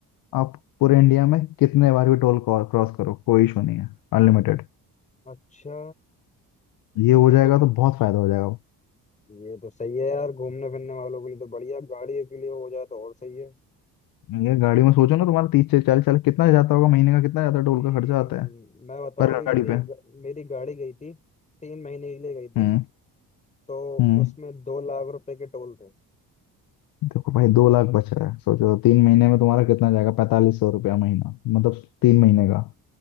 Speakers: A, on the left; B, on the left.
A: आप पूरे इंडिया में कितने बार भी टोल क्रॉस करो कोई इशू नहीं है अनलिमिटेड
B: अच्छा
A: ये हो
B: तो
A: जाएगा
B: तुम
A: तो बहुत फायदा हो जाएगा
B: ये तो सही है यार घूमने फिरने वालों के लिए तो बढ़िया गाड़ी के लिए हो जाए तो और सही है
A: ये गाड़ी में सोचो ना तुम्हारा तीस से चालीस चालीस कितना जाता होगा महीने का कितना जाता है टोल
B: हम्म
A: का खर्चा आता है
B: मैं बताऊं
A: पर
B: अभी
A: गाड़ी
B: मेरी
A: पे
B: ग- मेरी गाड़ी गई थी तीन महीने के लिए गई थी
A: हम्म
B: तो
A: हम्म
B: उसमें दो लाख रुपए के टोल थे
A: देखो भाई दो लाख बच रहा है सोचो तीन महीने में तुम्हारा कितना जाएगा पैंतालीस सौ रुपया महीना मतलब तीन महीने का